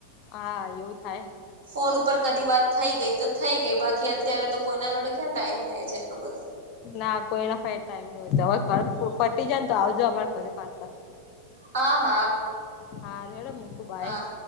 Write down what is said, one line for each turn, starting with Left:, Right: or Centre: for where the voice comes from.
Left: હા એવું થાય
Right: ફોન ઉપર કદી વાત થઈ ગઈ તો થઈ ગઈ બાકી અત્યારે તો કોઈના જોડે ક્યાં ટાઈમ થ છે એટલો બધો
Left: ના કોઈના ફાય ટાઈમ નહી હોય હવે ઘર પટી જાય ને તો આવજો અમારા ઘરે પાછા
Right: હા હા
Left: હા રડમ હું ખુબાઈ
Right: હા